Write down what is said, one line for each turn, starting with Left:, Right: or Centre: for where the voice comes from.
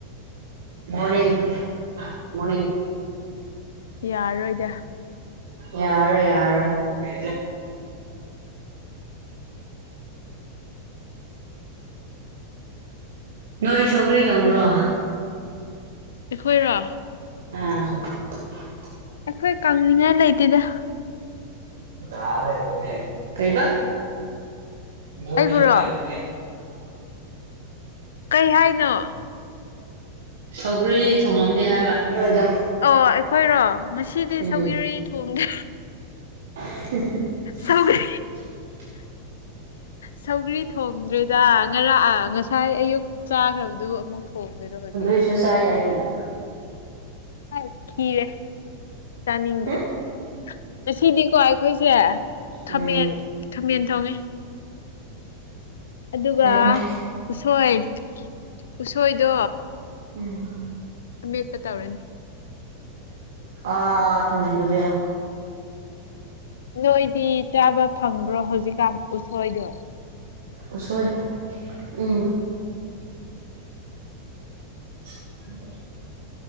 Right: ꯃꯣꯔꯅꯤꯡ ꯃꯣꯔꯅꯤꯡ
Left: ꯌꯥꯔꯣꯏꯗ
Right: ꯌꯥꯔ ꯌꯥꯔ ꯀ ꯅꯣꯏ ꯁꯧꯒ꯭ꯔꯤ ꯈꯪ꯭ꯔꯣ
Left: ꯑꯩꯈꯣꯏꯔꯣ
Right: ꯑ
Left: ꯑꯩꯈꯣꯏ ꯀꯪꯅꯤꯡꯉꯥꯏ ꯂꯩꯇꯦꯗ
Right: ꯊꯥꯗꯦꯅꯦꯅꯦ ꯀꯩꯕ ꯃꯅꯤ
Left: ꯑꯩꯕꯨꯔꯣ ꯀꯩ ꯍꯥꯏꯅꯣ
Right: ꯁꯧꯒ꯭ꯔꯤ ꯊꯣꯡꯂꯝꯅꯤ ꯍꯥꯏꯕ ꯅꯣꯏꯗꯣ
Left: ꯑꯣ ꯑꯩꯈꯣꯏꯔꯣ ꯉꯁꯤꯗꯤ
Right: ꯎꯝ
Left: ꯁꯧꯒꯤꯔ ꯊꯣꯡꯗꯦ
Right: ꯐ
Left: ꯁꯧꯒꯔꯤ ꯁꯧꯒ꯭ꯔꯤ ꯊꯣꯡꯗ꯭ꯔꯦꯗ ꯉꯔꯥꯛ ꯉꯁꯥꯏ ꯑꯌꯨꯛ ꯆꯥꯈ꯭ꯔꯕꯗꯨ ꯑꯃꯨꯛ ꯊꯣꯡꯗꯣꯏꯔꯣ ꯍꯧꯖꯤꯛ
Right: ꯏꯁꯨ ꯁꯥꯏ ꯌꯥꯒꯅ
Left: ꯍ ꯈꯤꯔꯦ ꯆꯅꯤꯗ꯭ꯔꯦ
Right: ꯍꯨꯝ
Left: ꯉꯁꯤꯗꯤꯀꯣ ꯑꯩꯈꯣꯏꯁꯦ ꯈꯥꯃꯦꯟ
Right: ꯎꯝ
Left: ꯈꯥꯃꯦꯟ ꯊꯣꯡꯉꯦ ꯑꯗꯨꯒ
Right: ꯐꯩ ꯐꯩ
Left: ꯎꯁꯣꯏ ꯎꯁꯣꯏꯗꯣ
Right: ꯎꯝ
Left: ꯑꯃꯦꯠꯄ ꯇꯧꯔꯅꯤ
Right: ꯑꯥ ꯊꯪꯖꯤꯗ ꯃꯦꯂꯣ
Left: ꯅꯣꯏꯗꯤ ꯆꯥꯕ ꯐꯪꯕ꯭ꯔꯣ ꯍꯧꯖꯤꯛꯀꯥꯟ ꯎꯁꯣꯏꯗꯣ
Right: ꯎꯁꯣꯏ ꯎꯝ ꯎꯝ